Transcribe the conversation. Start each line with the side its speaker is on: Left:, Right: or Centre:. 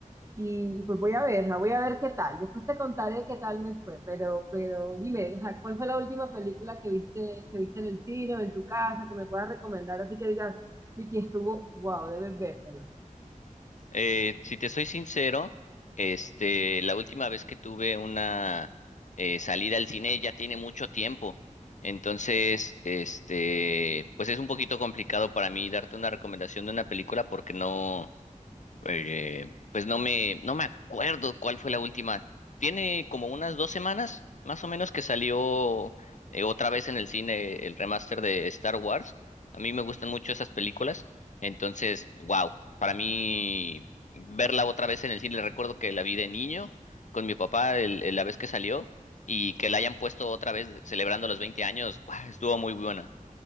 Right: y pues voy a verla, voy a ver qué tal. Después te contaré qué tal me fue, pero, pero dime, o sea, ¿cuál fue la última película que viste, que viste en el cine o en tu casa que me puedas recomendar? Así que digas, Vicky, estuvo, wow, debes vértela.
Left: Eh, si te soy sincero, este, la última vez que tuve una eh, salida al cine ya tiene mucho tiempo. Entonces, este, pues es un poquito complicado para mí darte una recomendación de una película porque no. Eh, pues no me, no me acuerdo cuál fue la última. Tiene como unas dos semanas, más o menos, que salió eh, otra vez en el cine el remaster de Star Wars. A mí me gustan mucho esas películas. Entonces, wow, para mí verla otra vez en el cine, recuerdo que la vi de niño con mi papá el- el- la vez que salió y que la hayan puesto otra vez celebrando los 20 años, ¡guau! estuvo muy buena.